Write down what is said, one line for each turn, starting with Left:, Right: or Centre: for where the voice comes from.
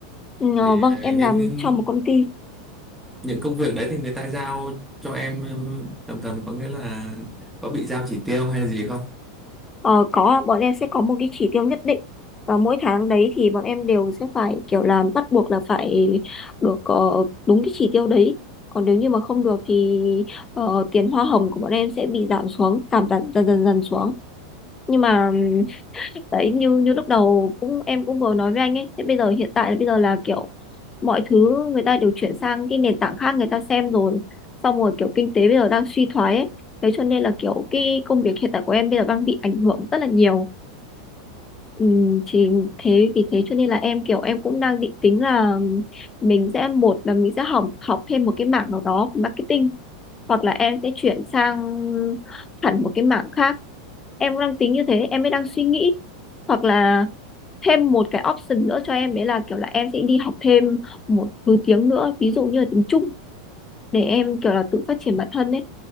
Left: Ừ,
Centre: thì
Left: ờ, vâng
Centre: ờ,
Left: em
Centre: những
Left: làm
Centre: những
Left: trong một công ty
Centre: những công việc đấy thì người ta giao cho em tầm tầm có nghĩa là có bị giao chỉ tiêu hay là gì không
Left: Ờ, có ạ. bọn em sẽ có một cái chỉ tiêu nhất định và mỗi tháng đấy thì bọn em đều sẽ phải kiểu làm bắt buộc là phải được ờ, đúng cái chỉ tiêu đấy còn nếu như mà không được thì ờ, tiền hoa hồng của bọn em sẽ bị giảm xuống giảm dần dần dần, dần xuống nhưng mà ừm, đấy như như lúc đầu cũng em cũng vừa nói với anh ấy thế bây giờ hiện tại là bây giờ là kiểu mọi thứ người ta đều chuyển sang cái nền tảng khác người ta xem rồi xong rồi kiểu kinh tế bây giờ đang suy thoái ấy thế cho nên là kiểu cái công việc hiện tại của em bây giờ đang bị ảnh hưởng rất là nhiều Ừ, thì thế vì thế cho nên là em kiểu em cũng đang định tính là mình sẽ một là mình sẽ học học thêm một cái mảng nào đó của marketing hoặc là em sẽ chuyển sang hẳn một cái mảng khác em cũng đang tính như thế em mới đang suy nghĩ hoặc là thêm một cái option nữa cho em đấy là kiểu là em sẽ đi học thêm một thứ tiếng nữa ví dụ như là tiếng Trung để em kiểu là tự phát triển bản thân ấy